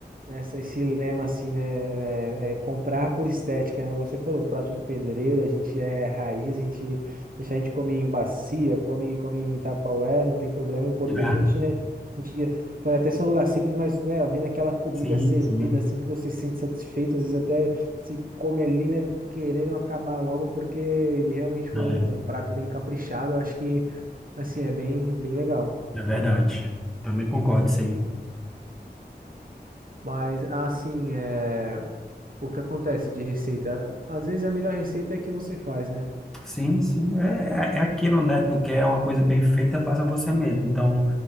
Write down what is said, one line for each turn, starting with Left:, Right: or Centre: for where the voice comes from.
Right: essa, esse lema assim, né? É, é comprar por estética, né? Você falou, prato de pedreiro, a gente é raiz, a gente deixa a gente come em bacia, come, come em tupperware, não tem problema. O importante
Centre: Ah,
Right: é a gente, né? A gente pode até ser um lugar simples, mas, né, vindo aquela comida
Centre: sim,
Right: servida
Centre: sim,
Right: assim que você se sente satisfeito, às vezes até se come ali, né? Querendo acabar logo, porque realmente foi
Centre: não
Right: um
Centre: é,
Right: prato bem caprichado. Eu acho que, assim, é bem, bem legal.
Centre: é verdade. Também concordo isso aí.
Right: Mas assim, é... o que acontece de receita? Às vezes a melhor receita é a que você faz, né?
Centre: Sim, sim, é, é aquilo, né? Tu quer uma coisa bem feita, faça você mesmo. Então,